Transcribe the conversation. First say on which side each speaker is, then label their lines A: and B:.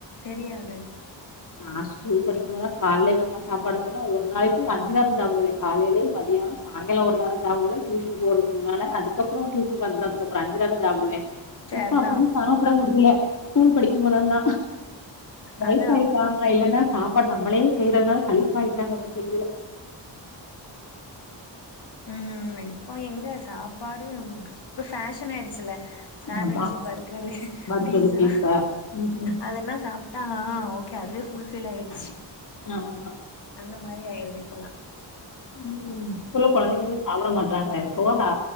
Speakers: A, on the left; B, on the left.
A: தெரியாது
B: நா ஸ்கூல் படிக்கும் போதெல்லா கால்லயே எங்க அம்மா சாப்பாடு சொன்னா ஒரு நாளைக்கு அஞ்ச நேரோ சாப்புடுவ காலைல மதியானோ சாயங்காலோ ஒரு நேரோ சாப்புடுவ டியூசன்க்கு போறதுக்கு முன்னால அதுக்கப்புறோ டியூசனுக்கு வந்ததுக்கு அப்புறோ அஞ்சு நேரஞ் சாப்புடுவ
A: சேர்தா
B: இப்ப அப்டில்லா சாப்புட முடில ஸ்கூல் படிக்கும் போது அது எல்லா வைஸ்
A: அது
B: ஆயிருச்
A: அப்போ
B: கோணக்கா இல்லனா சாப் இப்ப நம்மளே செய்யறதுனால சழிப்பாயிட்டான் ஒண்ணு தெரியல
A: ம் ம் இப்போ எங்க சாப் பாடு இப்ப பேஷனயிடுச்சில ஸ்சாண்விட்சி
B: ஆமா
A: பர்கரு
B: வறுத்தது
A: பீஸா
B: ம் ம்
A: அதெல்லா சாப் ட்டா ஆ ஒகே அது வே ஃபுல் ஃபில் ஆயிடுச்சி
B: ஆமா
A: அந்த மாரி ஆயிரு ரிப்பலா
B: ம் ம் ப்புல கெழந்தைங்லுமே சாப்பிட மாட் ட்றாங்க சோறா